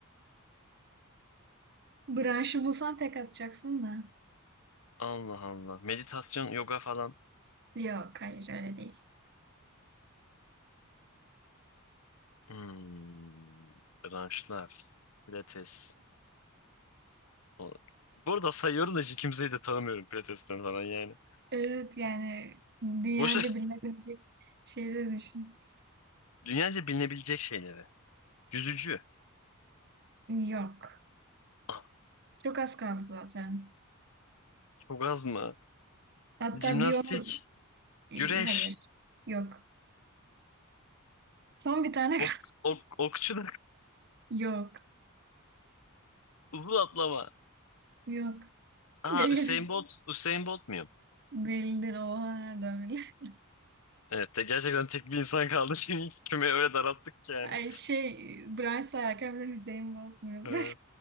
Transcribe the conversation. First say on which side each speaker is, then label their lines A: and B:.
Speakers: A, on the right; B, on the left.
A: Branşı bulsan tek atacaksın da.
B: Allah Allah. Meditasyon, yoga falan.
A: Yok. Hayır öyle değil.
B: Hmm, branşlar. Pilates. O- Burada sayıyorum da hiç kimseyi de tanımıyorum Pilates'ten falan yani.
A: Evet yani dünyaca
B: Boş.
A: bilinebilecek şeyleri düşün.
B: <laughs> Dünyaca bilinebilecek şeyleri. Yüzücü.
A: Yok.
B: Aa,
A: Çok az kaldı zaten.
B: çok az mı?
A: Hatta
B: Jimnastik.
A: bir onu... e,
B: Güreş.
A: Hayır. Yok. Son bir tane
B: Ok,
A: kaldı.
B: ok, okçuluk.
A: <laughs> Yok.
B: <laughs> Uzun atlama.
A: Yok.
B: Aa
A: Değil.
B: Usain Bolt. Usain Bolt muyum?
A: Bildin. Oha nereden bildin?
B: Evet de gerçekten tek bir insan kaldı. <laughs> Şimdi kümeyi öyle daralttık
A: <laughs>
B: ki yani.
A: Ay şey Brian sayarken bir de Hüseyin Bolt muydu?
B: Ee,